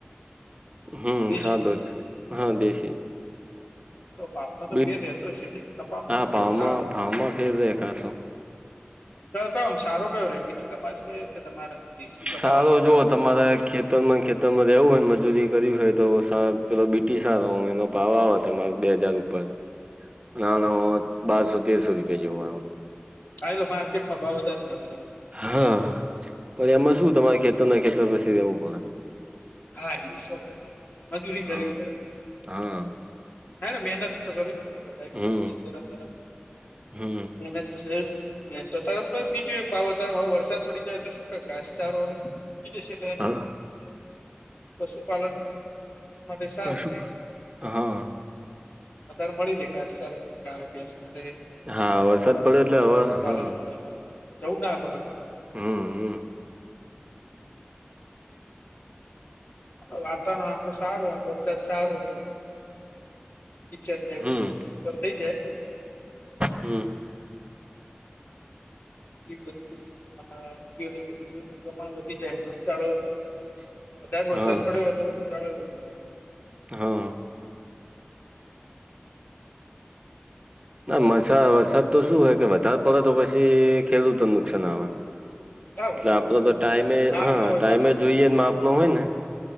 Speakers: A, on the right; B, on the left.
A: હમ
B: દેશી
A: સાદો જ હા દેશી <unintelligible>
B: તો પાાવમાં તો
A: બીટ
B: ફેર રતો છે ને કપામાં
A: હા
B: કેવો
A: ભાવમાં
B: સારો
A: ભાવમાં ફેર દેખાશો
B: કયોમ સારો કયો રે બીટી કા પા ર કે તમારા દેશી કપાસ
A: સારો
B: વાળો
A: જુઓ
B: રે
A: તમારે ખેતી વર્તનન ખેતરમાં રહેવું હોય ને મજૂરી કર્યું હોય તો પેલો બીટી સારમ એનો પાવ આવે તમારે બે હજાર રૂપ નાનો બારસો તેરસો રૂપિયા જેવો આવ
B: હાલે માર્કેટમાં ભાવ વધારે મળી જ
A: હા પણ એમાં શું તમારે ખેતરના ખેતર પછી રહેેવું પડે
B: હાઇનસન મેહનત મજૂરી કરવી
A: હા
B: પડે
A: હા.
B: હ મહેનત તો કરવી પડે બધા
A: હમ
B: ખેતીની અંદર અત્યારે
A: હમ
B: મહેનત છે. તો તારે બીજું એક ભાવારેવે વરસાદ પડી જાય તો શું ક ઘાાસચારો જશે
A: હા
B: પશુપાલન મધ શાર
A: પશુ
B: ર ગ
A: હા.
B: બારે મળી રે કાસારસ માટે
A: હા વરસાદ
B: હારો
A: પડે
B: પ
A: એટલે હવે
B: પશુપાલન
A: હા
B: માટે જવું ના પ
A: હમ હ.
B: વાતાવરણ આમ તો સારું આમ વરસાદ સારું કે કિચનર
A: હમ
B: થઈ જાય
A: હમ.
B: જતું બું પ્રમાણ વધી જાય રસચળ
A: <inaudible>
B: હજાર વરસાદ
A: હા
B: પડ્યો તો રૂપિયા લઈએ
A: હા. નારસા વરસાદ તો શું હોય કે વધારે પડે તો પછી ખેડૂતોને નુકસાન આવેય
B: હા
A: એટલે
B: વધારે
A: આપડો
B: પડતો
A: તો ટાઈમે
B: નુકસાન નાપનો
A: હા ટાઈમે
B: હતો
A: જોઈએ માપનો હોય ને